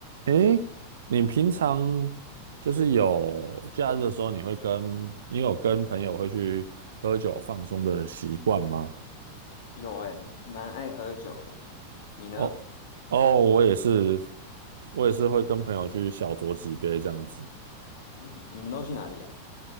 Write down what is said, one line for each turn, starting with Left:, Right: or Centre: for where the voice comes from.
Right: 诶，你平常就是有假日的时候，你会跟你有跟朋友会去喝酒放松的习惯吗？
Left: 有哎、蛮爱喝酒的。你呢？
Right: 哦哦，我也是，我也是会跟朋友去小酌几杯这样子。
Left: 嗯，你们都去哪里啊？